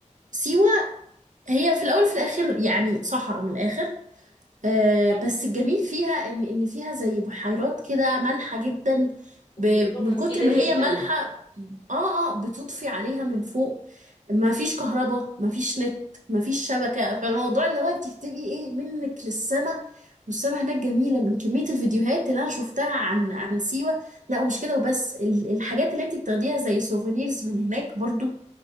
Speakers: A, on the right; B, on the left.
A: سيوة هي في الاول في الاخر يعني صحراء من الاخر آه،
B: آه.
A: بس الجميل فيها ان ان فيها زي بحيرات كده مالحة جدا
B: وبيقولوا
A: ب- من
B: مفيدة
A: كتر ما
B: جدا
A: هي مالحة اه اه بتطفي عليها من فوق ما فيش كهرباء ما فيش نت ما فيش شبكة فالموضوع اللي هو انت بتبقي ايه منك للسما والسما هناك جميلة من كمية الفيديوهات اللي انا شفتها عن عن سيوة لا ومش كده وبس ال- الحاجات اللي انت بتاخديها زي سوفينيرز من هناك برضو